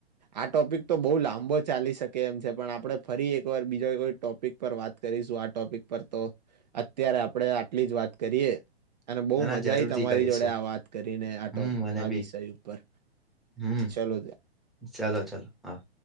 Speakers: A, on the right; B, in the centre.
A: આ ટોપિક તો બહ લાંબો ચાલી શકે એમ છે પણ આપડે ફરી એકવાર બીજો કોઈ ટોપિક પર વાત કરીશું આ ટોપિક પર તો અત્યારે આપડ આટલી જ વાત કરીએ અને બઉ
B: ના ના
A: મ
B: જરૂરથી
A: જાઈ તમારી
B: કરીશું
A: જોડે આ વાત કરીને આ
B: હમ
A: ટો
B: મને
A: આ
B: બી
A: વિષય ઉપર.
B: હમ
A: ચલો
B: ચાલો ચાલો હા.